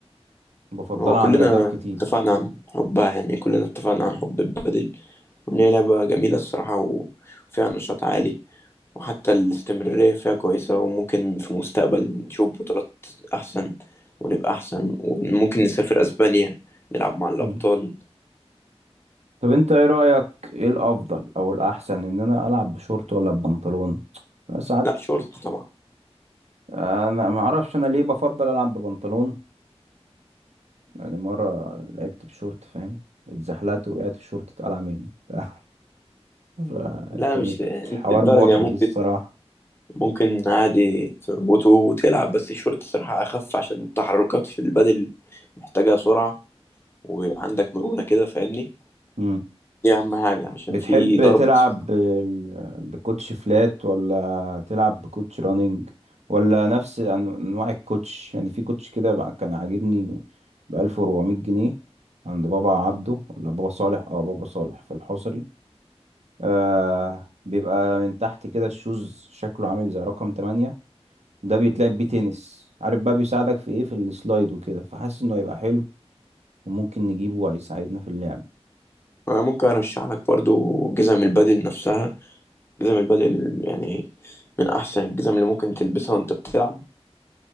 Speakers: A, on the right; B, on the left.
A: بفضلها
B: هو كلنا
A: عن رياضات كتير
B: اتفقنا عن حبها يعني كلنا اتفقنا عن حب البادل وان هي لعبة جميلة الصراحة و- وفيها نشاط عالي وحتى الاستمرارية فيها كويسة وممكن في المستقبل نشوف بطولات احسن ونبقى احسن وممكن نسافر اسبانيا نلعب مع الابطال
A: مم. طب انت ايه رأيك ايه الافضل او الاحسن ان انا العب بشورت ولا ببنطلون ساعات
B: لا شورت طبعا
A: انا ما اعرفش انا ليه بفضل العب ببنطلون يعني مرة لعبت بشورت فاهم اتزحلقت وقعت الشورت اتقلع مني <laughs> ف- فكانت
B: لا مش مش
A: حوار
B: الدرجة
A: محرج
B: ممكن
A: الصراحة
B: ممكن عادي تربطه وتلعب بس الشورت الصراحة أخف عشان التحركات في البدل محتاجة سرعة ويبقى عندك مرونة كده فاهمني
A: مم.
B: دي أهم حاجة عشان
A: بتحب
B: في ضرب
A: تلعب
B: أصلا
A: بال- بكوتش فلات ولا تلعب بكوتش رانينج ولا نفس أن- انواع الكوتش يعني في كوتش كده بقى- كان عاجبني ب 1400 جنيه عند بابا عبده ولا بابا صالح اه بابا صالح في الحصري آه بيبقى من تحت كده الشوز شكله عامل زي رقم 8 ده بيتلعب بيه تنس عارف بقى بيساعدك في ايه في السلايد وكده فحاسس انه هيبقى حلو وممكن نجيبه وهيساعدنا في اللعب
B: أنا ممكن أرشح لك برضو جزم البدل نفسها جزم البدل يعني من أحسن الجزم اللي ممكن تلبسها وأنت بتلعب